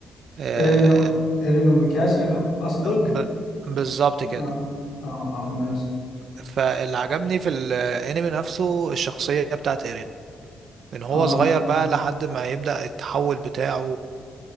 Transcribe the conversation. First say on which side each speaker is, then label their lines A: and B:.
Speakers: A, on the right; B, on the left.
A: آه
B: ايرينو ايرينو ميكاشا قصدك
A: ب... بالظبط
B: اه
A: كده
B: اه اه ماشي
A: فاللي عجبني في الانمي نفسه الشخصية بتاعت ايرين من هو
B: اه
A: صغير بقى لحد ما يبدأ التحول بتاعه